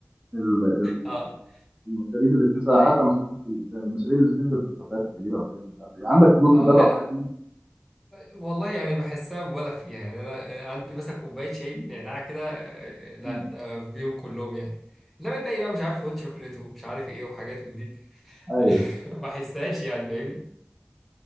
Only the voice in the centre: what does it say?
اه
اي
اه
لا
والله يعني بحسها مبالغ فيها يعني انا عندي مثلا كوبايه شاي بالنعناع كده آه، لا
ده بيهم كلهم يعني انما الباقي بقى مش عارف هوت شوكليت ومش عارف ايه وحاجات من دي
<laughs> ما بحسهاش يعني فاهمني